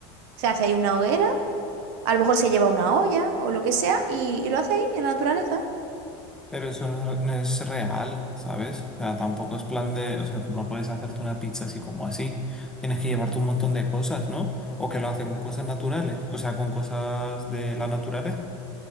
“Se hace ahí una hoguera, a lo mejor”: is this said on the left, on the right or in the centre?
Right